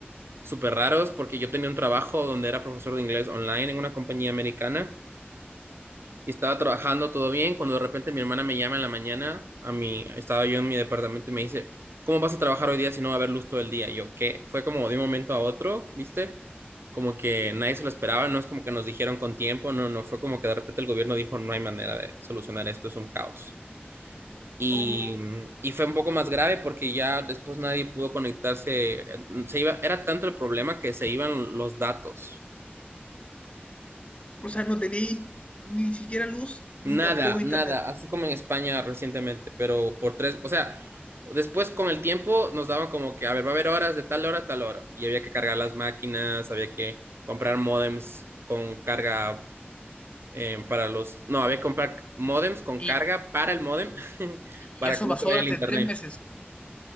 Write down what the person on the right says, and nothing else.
súper raros porque yo tenía un trabajo donde era profesor de inglés online en una compañía americana y estaba trabajando todo bien cuando de repente mi hermana me llama en la mañana, a mí, estaba yo en mi departamento y me dice, ¿cómo vas a trabajar hoy día si no va a haber luz todo el día? Y yo, ¿qué? Fue como de un momento a otro, ¿viste? Como que nadie se lo esperaba, no es como que nos dijeron con tiempo, no, no, fue como que de repente el gobierno dijo, no hay manera de solucionar esto, es un caos. Y,
y fue un poco más grave porque ya después nadie pudo conectarse. Se iba, era tanto el problema que se iban los datos.
Nada,
nada, así como en España recientemente, pero por tres, o sea, después con el tiempo nos daban como que, a ver, va a haber horas de tal hora a tal hora, y había que cargar las máquinas, había que comprar módems con carga eh, para los, no, había que comprar módems con
carga para el módem, <laughs>
para
que no
se vaya
el internet.